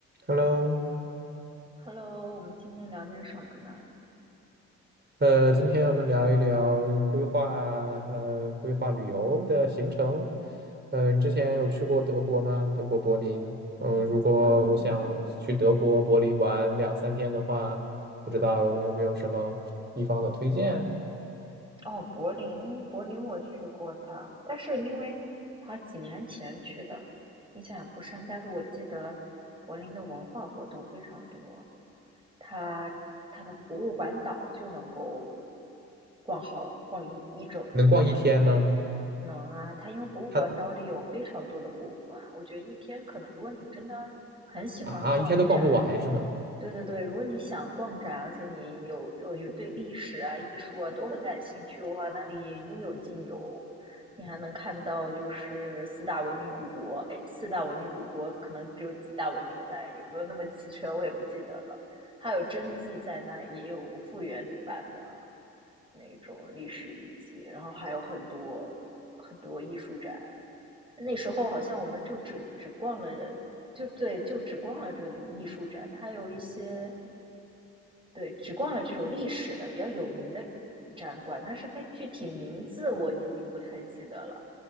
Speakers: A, on the right (about 35°); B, on the right (about 15°).
A: Hello，
B: Hello，我们今天聊点什么呢？
A: 呃，今天我们聊一聊规划，呃，规划旅游的行程。呃，你之前有去过德国吗？德国柏林。嗯、如果我想去德国柏林玩两三天的话，
B: 嗯，
A: 不知道有没有什么地方的推荐？
B: 哦，柏林，柏林我去过的，但是因为好几年前去的，印象也不深。但是我记得柏林的文化活动非常多，它它的博物馆岛就能够逛好逛一一整天了，
A: 能逛一天吗？
B: 应能啊，它因为博物馆岛里有非常多的博物馆，
A: 他
B: 我觉得一天可能，如果你真的很喜欢逛展，
A: 啊，一天都逛不完是吗？
B: 对对对，如果你想逛展，而且你有有有对历史啊、艺术啊都很感兴趣的话，那里应有尽有。你还能看到就是四大文明古国，哎，四大文明古国可能只有几大文明在，有没有那么齐全我也不记得了。还有真迹在那，也有个复原版的那种历史遗迹，然后还有很多很多艺术展。那时候好像我们就只只逛了，就对，就只逛了这个艺术展，它有一些对，只逛了这种历史的比较有名的展馆，但是它具体名字我已经不太记得了，